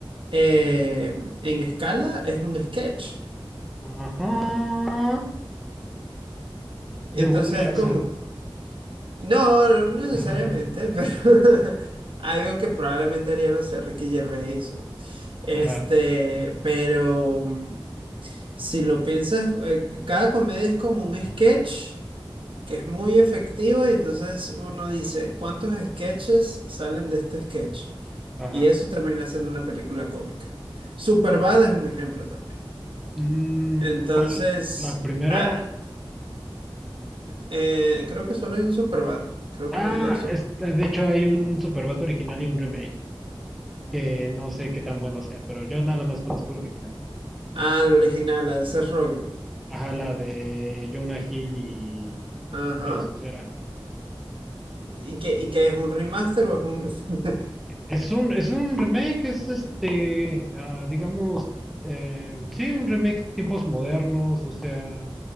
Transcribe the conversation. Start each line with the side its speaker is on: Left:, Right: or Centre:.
Right: eh, en escala, es un sketch.
Centre: Ajá.
Right: Entonces
Centre: De Wonder Shosen.
Right: es como, no, no necesariamente,
Centre: <laughs>
Right: <laughs> pero algo que probablemente haría, no sé, Ricky Gervais o- Este,
Centre: Ajá,
Right: pero mm, si lo piensas, eh, cada comedia es como un sketch que es muy efectivo y entonces uno dice, ¿cuántos sketches salen de este sketch?
Centre: ajá.
Right: Y eso termina siendo una película cómica. Superbad es un ejemplo también.
Centre: Mm,
Right: Entonces,
Centre: ¿cuál? La primera.
Right: ah, eh, creo que solo hay un Superbad. Creo
Centre: Ah,
Right: que no hay dos Super.
Centre: es, de hecho hay un Superbat original y un remake, que no sé qué tan bueno sea, pero yo nada más conozco la original.
Right: Ah, el original, la de Seth Rogen.
Centre: Ajá, la de Jonah Hill y
Right: Ajá.
Centre: Joe Cera.
Right: ¿Y qué, y qué es un remaster o es un...? <laughs>
Centre: Es un, es un remake, es este, ah, digamos, eh, sí, un remake tiempos modernos, o sea,